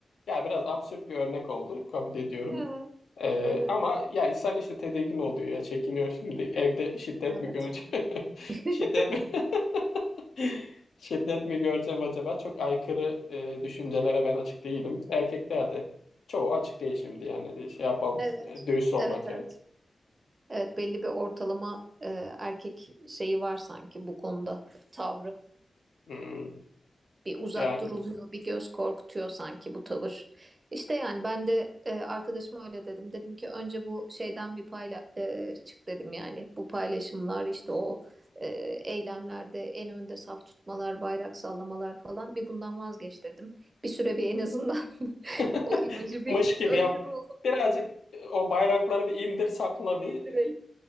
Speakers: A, on the left; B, on the right.
A: Ya biraz absürt bir örnek oldu, kabul ediyorum.
B: Hı hı,
A: Ee,
B: hı hı.
A: ama ya insan işte tedirgin oluyor ya, çekiniyor şimdi evde şiddet
B: Evet.
A: mi göreceğim? <laughs>
B: <laughs>
A: Şiddet mi? <laughs> Şiddet mi göreceğim acaba? Çok aykırı e, düşüncelere ben açık değilim. Erkekler de çoğu açık değil şimdi yani şey yapalım,
B: Evet.
A: e, dürüst olmak
B: Evet,
A: gerek.
B: evet. Evet, belli bir ortalama e, erkek şeyi var sanki bu konuda tavrı.
A: Hmm,
B: Bir uzak
A: yani.
B: duruluyor, bir göz korkutuyor sanki bu tavır. İşte yani ben de e, arkadaşıma öyle dedim. Dedim ki önce bu şeyden bir payla e, çık dedim yani. Bu paylaşımlar işte o e, eylemlerde en önde saf tutmalar, bayrak sallamalar falan bir bundan vazgeç dedim. Bir süre bir en azından <laughs>
A: <laughs>
B: o imajı bir
A: Mış
B: <laughs>
A: gibi
B: önce
A: yap.
B: bir onu
A: Birazcık e, o bayrakları bir indir sakla bir
B: indirelim.